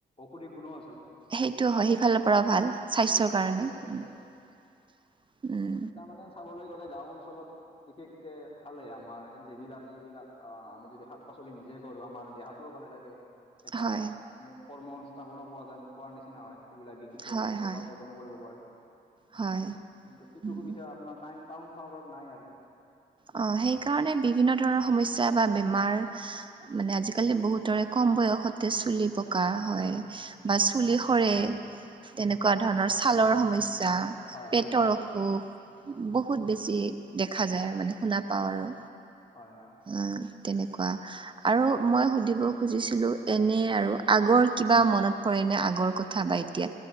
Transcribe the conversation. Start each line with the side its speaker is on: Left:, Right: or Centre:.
Left: ঔষধি গুনো আছে।
Right: সেইটো হয় সিফালৰ পৰাও
Left: হয়
Right: ভাল স্বাস্থ্যৰ
Left: সেইফালৰ
Right: কাৰণে
Left: পৰা
Right: উ
Left: ভাল
Right: উম।
Left: তাৰ মানে চাবলৈ গ'লে গাঁও অঞ্চলত বিশেষকে ভালেই আমাৰ যিবিলাক এইবিলাক আহ আমি যদি শাক পাচলি নিজে কৰো আমাৰ দেহাত ভালে থাকে এটা
Right: হয়,
Left: আমি কৰ্ম সংস্থাপনো পোৱা পোৱাৰ নিচিনা হয় সেইবিলাক বিক ক্ৰী
Right: হয়,
Left: কৰে
Right: হয়,
Left: টকা উপাৰ্জনো কৰিব পাৰি।
Right: হয়।
Left: কিন্তু সেইটো
Right: উম,
Left: সুবিধা আপোনাৰ টাইন টাউন চহৰত নাই আৰু কি
Right: অ সেইকাৰণে বিভিন্ন ধৰণৰ সমস্যা বা বেমাৰ মানে আজিকালি বহুতৰে কম বয়সতে চুলি পকা হয়। বা চুলি সৰে।
Left: হয়
Right: তেনেকুৱা ধৰণৰ
Left: হয়
Right: ছালৰ সমস্যা
Left: হয় হয়
Right: পেটৰ অসুখ
Left: উম
Right: বহুত বেছি দেখা যায় আৰু মানে শুনা পাওঁ আৰু।
Left: হয় হয়।
Right: অ তেনেকুৱা। আৰু মই সুধিব খুজিছিলো, এনে আৰু আগৰ কিবা মনত পৰেনে আগৰ কথা বা এতিয়া,